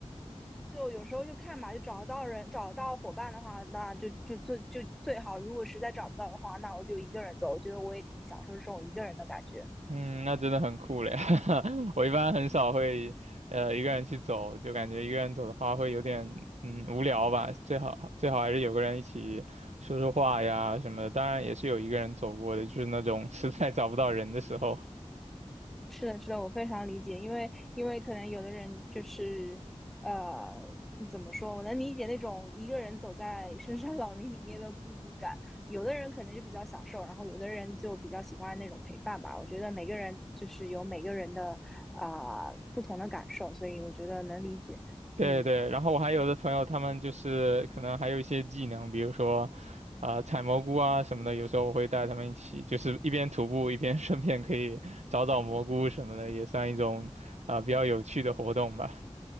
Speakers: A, in the centre; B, on the right.
A: 就有时候就看吧，就找得到人，找得到伙伴的话，那就就最就最好。如果实在找不到的话，那我就一个人走。我觉得我也挺享受这种一个人的感觉。
B: 嗯，那真的很酷嘞！<laughs> 我一般很少会，呃，一个人去走，就感觉一个人走的话会有点，嗯，无聊吧。最好最好还是有个人一起说说话呀什么的。当然也是有一个人走过的，就是那种 <laughs> 实在找不到人的时候。
A: 是的，是的，我非常理解，因为因为可能有的人就是，呃，怎么说？我能理解那种一个人走在深山老林里面的孤独感。有的人可能就比较享受，然后有的人就比较喜欢那种陪伴吧。我觉得每个人就是有每个人的啊、不同的感受，所以我觉得能理解。
B: 对对，
A: 嗯。
B: 然后我还有的朋友，他们就是可能还有一些技能，比如说，啊、采蘑菇啊什么的。有时候我会带他们一起，就是一边徒步一边 <laughs> 顺便可以找找蘑菇什么的，也算一种啊、比较有趣的活动吧。